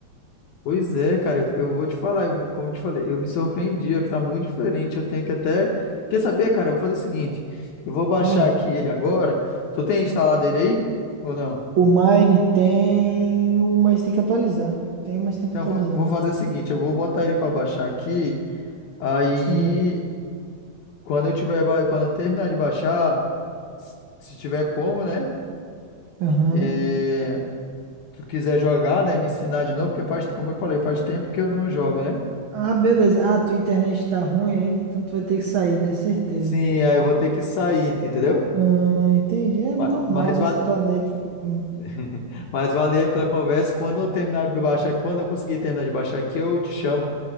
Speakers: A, on the left; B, on the right.
A: Pois é, cara, eu, eu vou te falar, eu me- como eu te falei, eu me surpreendi, ó, que tá muito diferente. Eu tenho que até. Quer saber, cara? Eu vou fazer o seguinte: eu vou baixar
B: Hum.
A: aqui ele agora. Tu tem instalado ele aí? Ou não?
B: O Mine tem, o- mas tem que atualizar. Tem, mas tem que
A: Então
B: atualizar,
A: eu vou vou
B: mano.
A: fazer o seguinte: eu vou botar ele pra baixar aqui. Aí,
B: Sim.
A: quando eu tiver, ba- quando eu terminar de baixar, se se tiver como, né?
B: Aham.
A: É, tu quiser jogar, né? Me ensinar de novo, porque faz, como eu falei, faz tempo que eu não jogo, né?
B: Ah, beleza. Ah, tua internet tá ruim ainda, então tu vai ter que sair, né? Certeza.
A: Sim, aí eu vou ter que sair, tá, entendeu?
B: Ah, entendi. É normal
A: Ma- Mas,
B: dessa
A: va-
B: tua net mesmo.
A: <laughs> Mas valeu pela conversa. Quando eu terminar de baixar, quando eu conseguir terminar de baixar aqui, eu te chamo.